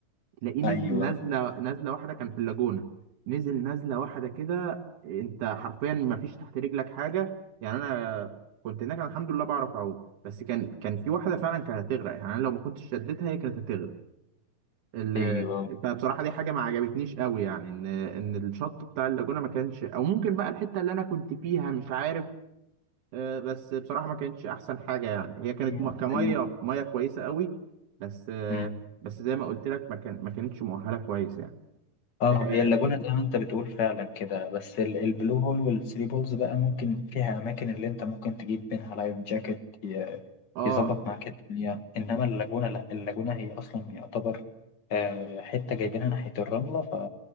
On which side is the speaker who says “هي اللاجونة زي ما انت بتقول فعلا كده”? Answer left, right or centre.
Left